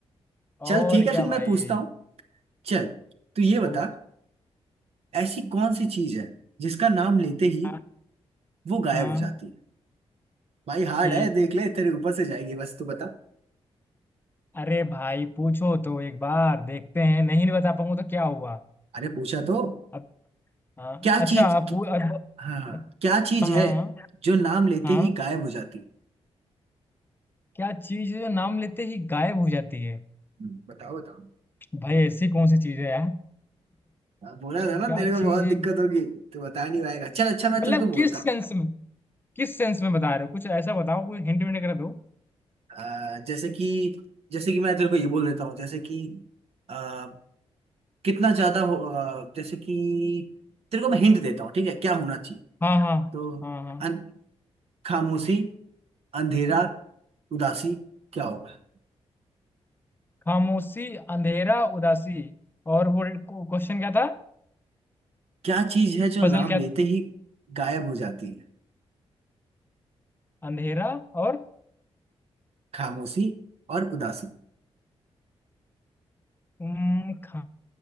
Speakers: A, on the left (about 20°); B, on the right (about 65°).
A: और
B: चल ठीक है
A: क्या
B: फिर मैं
A: भाई
B: पूछता हूँ चल तू ये बता
A: पूछ
B: ऐसी कौन सी चीज है जिसका नाम लेते ही
A: हाँ
B: वो गायब
A: हाँ,
B: हो जाती है भाई हार्ड
A: ठीक
B: है देख ले तेरे ऊपर से जाएगी बस तू बता
A: अरे भाई पूछो तो एक बार देखते हैं नहीं नहीं बता पाऊंगा तो क्या हुआ
B: अरे पूछा तो
A: अब हाँ
B: क्या
A: अच्छा
B: चीज
A: अब पू- अब
B: हाँ हाँ
A: अच्छा,
B: क्या चीज
A: हाँ
B: है
A: हाँ
B: जो नाम लेते
A: हाँ
B: ही गायब हो जाती है
A: क्या चीज है जो नाम लेते ही गायब हो जाती है
B: हम्म, बताओ बताओ
A: भाई ऐसी कौन सी चीज है यार
B: हाँ, बोला
A: <laughs>
B: था ना
A: क्या
B: तेरे को
A: चीज
B: बहुत
A: है
B: दिक्कत होगी तो बता नहीं पाएगा चल अच्छा मैं
A: मतलब
B: तेरे को बोलता
A: किस
B: हूँ
A: सेंस में किस सेंस में बता रहे हो कुछ ऐसा बताओ कोई हिंट विंट कर दो
B: अ, जैसे कि जैसे कि मैं तेरे को ये बोल देता हूँ जैसे कि अ, कितना ज्यादा हो अ, जैसे कि तेरे को मैं हिंट देता हूँ ठीक है क्या होना चाहिए
A: हाँ हाँ
B: तो
A: हाँ हाँ
B: अन, खामोशी अंधेरा उदासी क्या होगा
A: खामोशी अंधेरा उदासी और वो क्वेश्चन क्या था
B: क्या चीज है जो
A: पजल
B: नाम
A: क्या
B: लेते
A: था
B: ही गायब हो जाती है
A: अंधेरा और
B: खामोशी और उदासी
A: उम, खा-